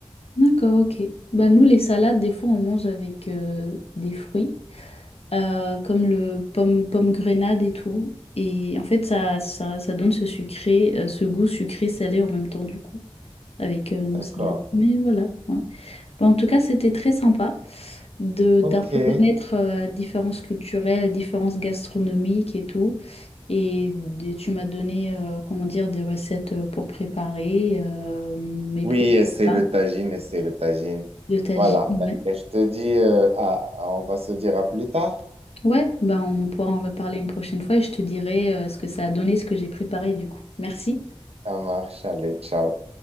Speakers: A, on the left; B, on the right.
A: d'accord, ok. Bah, nous, les salades, des fois, on mange avec euh, des fruits. euh, comme le pomme, pomme grenade et tout. Et en fait, ça, ça, ça donne ce sucré, euh, ce goût sucré-salé en même temps, du coup, avec euh, nos
B: D'accord.
A: salades. Mais voilà, ouais. Bah, en tout cas, c'était très sympa de,
B: OK.
A: d'un peu connaître euh, la différence culturelle, la différence gastronomique et tout. Et, d- tu m'as donné, euh, comment dire, des recettes euh, pour préparer euh, mes
B: Oui,
A: prochains
B: essaye
A: plats
B: le tagine, essaye le tagine.
A: de tagine.
B: Voilà. Et je te dis, euh, à- on va se dire à plus tard.
A: Ouais, ben on pourra en reparler une prochaine fois et je te dirai euh, ce que ça a donné, ce que j'ai préparé du coup. Merci.
B: Ça marche, allez, ciao.